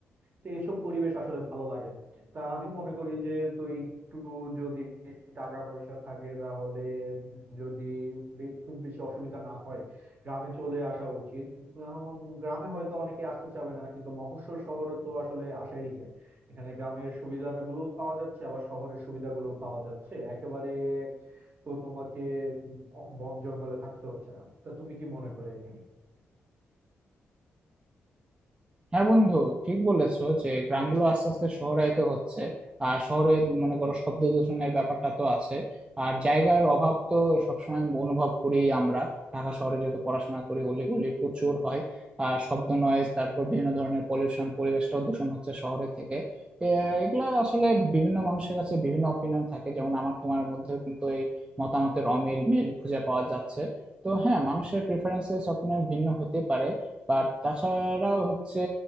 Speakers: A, on the right; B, on the right.
A: তো এসব পরিবেশ আসলে ভালো লাগে না তা আমি মনে করি যে তুই একটু যদি টাকা পয়সা থাকে তাহলে যদি বে- খুব বেশি অসুবিধা না হয় গ্রামে চলে আসা উচিত এখন গ্রামে হয়তো অনেকে আসতে চাবে না কিন্তু মফস্বল শহরে তো আসলে আসাই যায় এখানে গ্রামের সুবিধাগুলো পাওয়া যাচ্ছে আবার শহরের সুবিধাগুলো পাওয়া যাচ্ছে একেবারে তো তোমাকে উম, বন জঙ্গলে থাকতে হচ্ছে না তা তুমি কি মনে করো এই নিয়ে?
B: হ্যাঁ বন্ধু ঠিক বলেছো যে গ্রামগুলো আস্তে আস্তে শহরায়িত হচ্ছে আর শহরে মনে করো শব্দ দূষণের ব্যাপারটা তো আছে আর জায়গার অভাব তো সবসময় অনুভব করি আমরা ঢাকা শহরে যেহেতু পড়াশোনা করি অলিগলি প্রচুর হয় আর শব্দ নয়েজ তারপর বিভিন্ন ধরনের পলিউশন পরিবেশটাও দূষণ হচ্ছে শহরে থেকে এ, এগুলা আসলে বিভিন্ন মানুষের কাছে বিভিন্ন অপিনিয়ন থাকে যেমন আমার তোমার মধ্যেও কিন্তু এই মতামতের অমিল মিল খুঁজে পাওয়া যাচ্ছে তো হ্যাঁ মানুষের প্রেফারেন্সেস অপিনিয়ন ভিন্ন হতে পারে বাট তাছাড়াও হচ্ছে